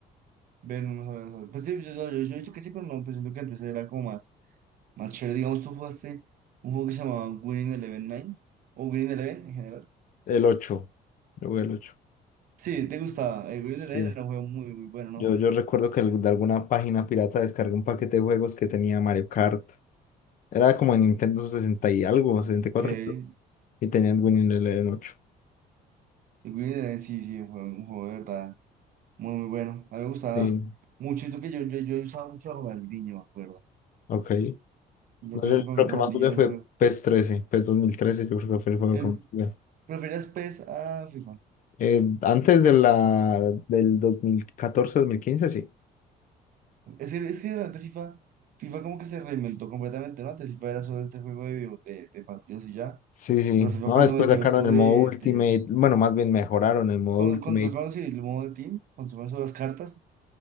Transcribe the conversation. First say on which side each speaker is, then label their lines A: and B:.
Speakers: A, on the right; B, on the left.
A: Ver, no, no, no, no. sabía. Pues sí, yo, yo, yo, yo he dicho que sí, pero no, pues siento que antes era como más. Más chévere, digamos, tú jugaste un juego que se llamaba Winning Eleven Nine o Winning Eleven en general.
B: El ocho Yo jugué el ocho
A: Sí, te gustaba. El
B: Sí.
A: Winning Eleven era un juego muy, muy bueno, ¿no?
B: Yo, yo recuerdo que de alguna página pirata descargué un paquete de juegos que tenía Mario Kart. Era como en Nintendo 60 y algo, 64.
A: Ok, el
B: creo, Y tenía el Winning el 8.
A: Winning Eleven sí, sí, fue un juego de verdad muy, muy bueno. A mí me gustaba
B: Sí.
A: mucho. Y tú que yo, yo, yo usaba mucho a Ronaldinho, me acuerdo.
B: Ok.
A: Y yo
B: No,
A: creo
B: yo
A: que para
B: creo
A: mí Ronaldinho
B: que más jugué fue
A: es el juego.
B: PES 13. PES 2013, yo creo que fue el juego
A: El,
B: que más jugué.
A: ¿preferías PES a FIFA?
B: Eh, antes de la, del 2014-2015, sí.
A: Es que, es que durante FIFA, FIFA como que se reinventó completamente, ¿no? Antes FIFA era solo este juego de, video- de, de partidos y ya.
B: Sí, sí.
A: Pero FIFA
B: No,
A: cuando
B: después
A: metió
B: sacaron
A: esto
B: el
A: de,
B: modo Ultimate.
A: de
B: Bueno, más bien mejoraron el modo
A: Cuando,
B: Ultimate.
A: cuando sacaron sí, el modo de Team, cuando sacaron solo las cartas,